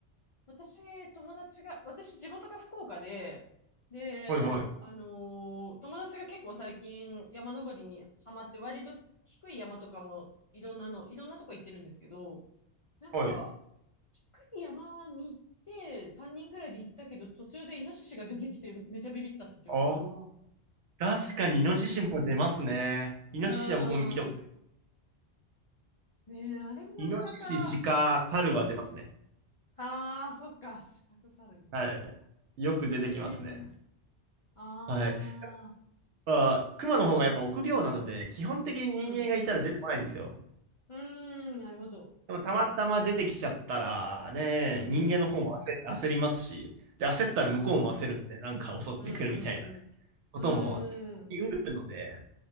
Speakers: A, on the left (about 55°); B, on the right (about 85°).
A: 私、友達が、私、地元が福岡で、で、
B: はいはい。
A: あのー友達が結構最近山登りにハマって、割と低い山とかもいろんなの、いろんなとこ行ってるんですけど、なんか、
B: はい。
A: 低い山に行って、3人ぐらいで行ったけど、途中でイノシシが出てきて、めちゃビビったって言ってました。
B: ああ。確かにイノシシも出ますね。イノシシは僕も見たことな
A: うーん。ねえ、あれもなかなか、
B: イノシシ、鹿、猿は出ますね。
A: ああ、そっか。死活サルに確か
B: はい。よく出てきますね。
A: に。へえ、あ
B: はい。
A: あ、
B: まあ、熊の方がやっぱ臆病なので、基本的に人間がいたら出てこないんですよ。
A: うん。うーん、なるほど。
B: でもたまたま出てきちゃったら、ね、
A: うんうん。
B: 人間の方も焦、焦りますし、で、焦ったら向こうも焦るんで、
A: 確かに。
B: なんか襲ってくるみたいなね、
A: うんうんうん。
B: ことも起きうるので、
A: うーん。